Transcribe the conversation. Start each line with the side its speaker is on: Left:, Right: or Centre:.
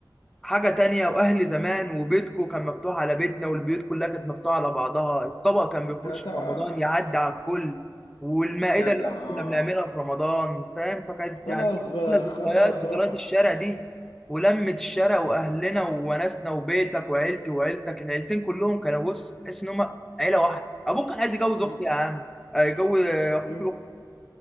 Centre: حاجة تانية وأهل زمان وبيتكو كان مفتوح على بيتنا والبيوت كلها كانت مفتوحة على بعضها الطبق كان بيخش
Left: جدع
Centre: في رمضان يعدي على الكل والمائدة
Left: جدع
Centre: اللي احنا
Left: آه.
Centre: كنا بنعملها في رمضان فاهم فكانت
Left: خلاص
Centre: يعني
Left: بقى
Centre: احلى ذكريات
Left: خلاص
Centre: ذكريات
Left: راح
Centre: الشارع دي ولمة الشارع وأهلنا ووناسنا وبيتك وعيلتي وعيلتك العيلتين كلهم كانوا بص تحس إن هما عيلة واحدة أبوك كان عايز يجوز أختي
Left: مم.
Centre: يا عم آه، يجوز أخوك
Left: مم.